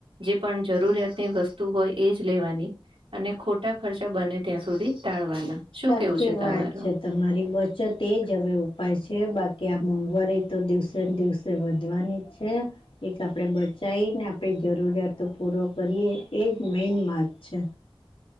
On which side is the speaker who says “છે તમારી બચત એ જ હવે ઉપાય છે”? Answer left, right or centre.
Left